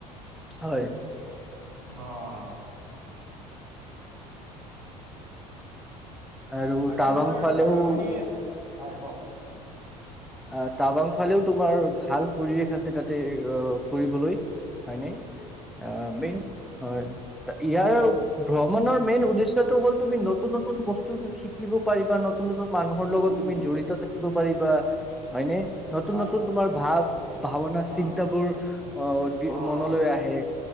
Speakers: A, in the centre; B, on the left (about 85°).
A: হয়।
B: অ'!
A: আৰু
B: কাজিৰঙাৰ
A: টাৱাং ফালেও
B: অ'হ মানে হয়, কওক। ‌
A: অ' টাৱাং ফালেও তোমাৰ ভাল পৰিৱেশ আছে, তাতে, অ'হ ফুৰিবলৈ। হয় নে? অঁ মেইন হয়! ইয়াৰ ভ্ৰমণৰ মেইন উদ্দেশ্যয়টো হ'ল, তুমি নতুন নতুন বস্তু শিকিব পাৰিবা। নতুন নতন, নতুন মানুহৰ
B: উম,
A: লগত
B: উম,
A: তুমি জড়িত থাকিব ব পাৰিবা। হয়নে? নতুন,
B: হয়
A: নতুন তোমাৰ ভাৱ,
B: এ-
A: ভাৱনা চিন্তা
B: অঁ অঁ
A: বোৰ, অ'হ দি,
B: অঁ
A: মনলৈ আহে।